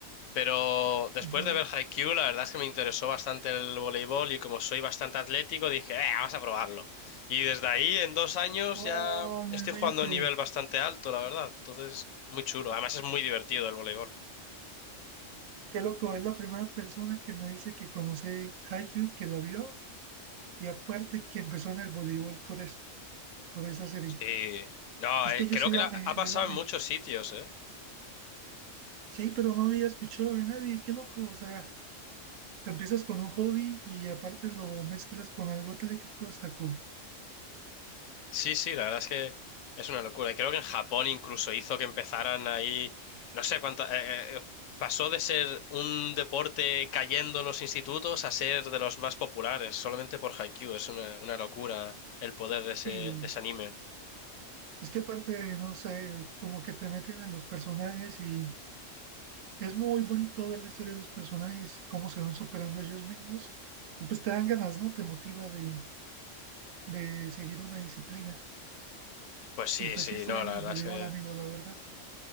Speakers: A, on the left; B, on the right.
A: Pero después
B: No.
A: de ver Haikyuu, la verdad es que me interesó bastante el voleibol y como soy bastante atlético, dije, eh, vamos a probarlo. Y desde ahí, en dos años,
B: Oh,
A: ya
B: no
A: estoy
B: inventes.
A: jugando a un nivel bastante alto, la verdad. Entonces, muy chulo. Además, es muy divertido el voleibol.
B: Qué loco, es la primera persona que me dice que conoce Haikyuu y que la vio. Y aparte que empezó en el voleibol por eso, por esa serie.
A: Sí. No,
B: Es
A: eh,
B: que yo
A: creo
B: sí
A: que
B: la
A: la-
B: amé,
A: ha
B: ¿eh?
A: pasado
B: yo la amé.
A: en muchos sitios, ¿eh?
B: Sí, pero no había escuchado de nadie. Qué loco, o sea, te empiezas con un hobby y aparte lo mezclas con algo atlético, está cool.
A: Sí, sí, la verdad es que es una locura. Y creo que en Japón incluso hizo que empezaran ahí, no sé cuánto, eh, eh, eh, pasó de ser un deporte cayendo en los institutos a ser de los más populares, solamente por Haikyuu. Es una, una locura el poder de ese,
B: Sí,
A: de ese anime.
B: es que aparte, no sé, como que te meten en los personajes y Es muy bonito ver la historia de los personajes y cómo se van superando ellos mismos. Y pues te dan ganas, ¿no? Te motiva de, de seguir una disciplina.
A: Pues sí,
B: Y pues
A: sí,
B: sí extraño
A: no, la
B: el
A: verdad
B: voleibol,
A: es que...
B: amigo, la verdad.